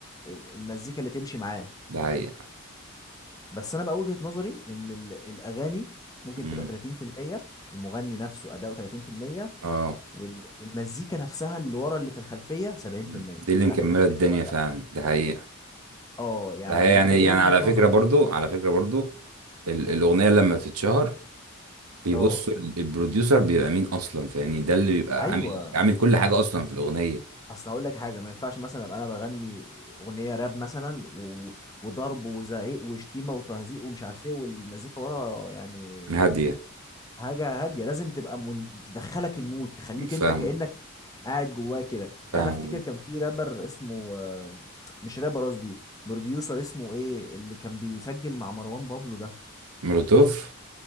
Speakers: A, on the left (about 15°); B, on the right (about 80°).
A: ال- المزيكا اللي تمشي معاه
B: ده حقيقة
A: بس انا بقى وجهه نظري ان ال- الاغاني ممكن
B: امم
A: تبقى 30% المغني نفسه اداؤه 30%
B: اه
A: وال... والمزيكا نفسها اللي ورا اللي في الخلفية 70%
B: مم. دي اللي
A: مش
B: مكملة
A: عارف انت تتفق
B: الدنيا
A: ولا
B: فعلا
A: لا
B: ده حقيقة
A: اه يعني
B: ده حقيقة يعني
A: انت ايه
B: يعني
A: وجهة
B: على
A: نظرك
B: فكرة برضو على فكرة برضو ال- الأغنية لما بتتشهر بيبصوا
A: اه
B: ال- البروديوسر بيبقى مين أصلا فاهمني ده اللي بيبقى
A: ايوه
B: عامل عامل كل حاجة أصلا في الأغنية
A: اصل هقول لك حاجه ما ينفعش مثلا ابقى انا بغني اغنيه راب مثلا و... وضرب وزعيق وشتيمه وتهزيق ومش عارف ايه والمزيكا ورا يعني
B: هادية
A: حاجه هاديه لازم تبقى من... تدخلك المود تخليك
B: فاهم
A: انت كانك قاعد جواه كده يعني
B: فاهم
A: انا افتكر كان في رابر اسمه آه، مش رابر قصدي بروديوسر اسمه ايه اللي كان بيسجل مع مروان بابلو ده
B: مولوتوف